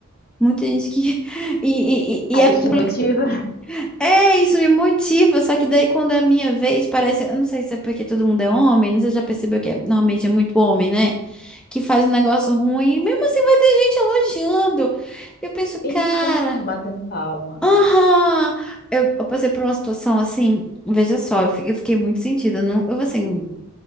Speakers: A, in the centre; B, on the left (about 45°).
A: Muita gente que. <laughs> E, e, e-
B: Aí
A: e é complicado.
B: te motiva?
A: É, isso me motiva, só que daí quando é a minha vez, parece. Eu não sei se é porque todo mundo é homem, não sei se já percebeu que é- normalmente é muito homem, né? Que faz um negócio ruim, e mesmo assim vai ter gente elogiando. Eu penso,
B: Então,
A: cara.
B: batendo palma.
A: Aham! Eu, eu passei por uma situação assim, veja só, eu, fi- eu fiquei muito sentida. Não, eu, assim,